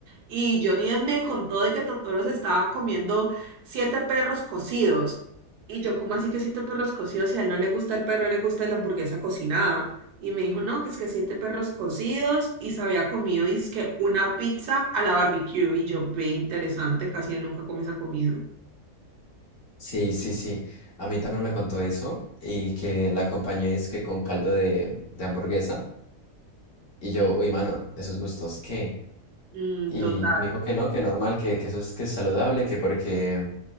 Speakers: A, on the right; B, on the left.
A: y Johnny Depp me contó de que Totoro se estaba comiendo siete perros cocidos. Y yo, ¿cómo así que siete perros cocidos? Si a él no le gusta el perro, le gusta la hamburguesa cocinada. Y me dijo, no, que es que siete perros cocidos y se había comido, dizque una pizza a la barbecue. Y yo, ve interesante, casi él nunca come esa comida.
B: Sí, sí, sí. A mí también me contó eso y que la acompañé es que con caldo de, de hamburguesa. Y yo,
A: Mm,
B: uy, mano, esos gustos, ¿qué?
A: mm,
B: Y
A: total,
B: me dijo que no, que normal, que, que eso es que es saludable, que porque